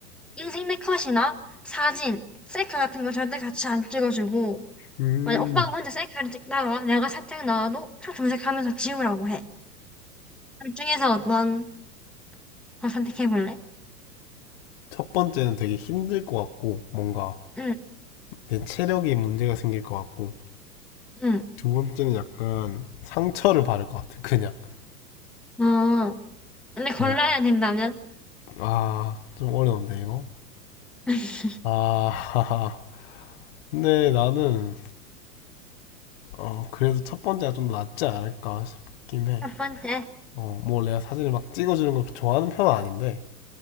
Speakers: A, in the centre; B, on the left (about 40°).
A: 인생 내 컷이나 사진, 셀카 같은 거 절대 같이 안 찍어주고
B: 음.
A: 만약 오빠가 혼자 셀카를 찍다가 내가 살짝 나와도 차 정색하면서 지우라고 해. 둘 중에서 어떤 거 선택해볼래?
B: 첫 번째는 되게 힘들 것 같고 뭔가
A: 응,
B: 내 체력이 문제가 생길 것 같고
A: 응.
B: 두 번째는 약간 상처를 받을 것 같아 그냥
A: 어, 근데 골라야
B: 네.
A: 된다면?
B: 아 좀 어려운데 이거
A: <laughs>
B: 아 <laughs> 근데 나는 어 그래도 첫 번째가 좀 더 낫지 않을까 싶긴 해.
A: 첫 번째.
B: 어뭐 내가 사진을 막 찍어주는 걸 좋아하는 편은 아닌데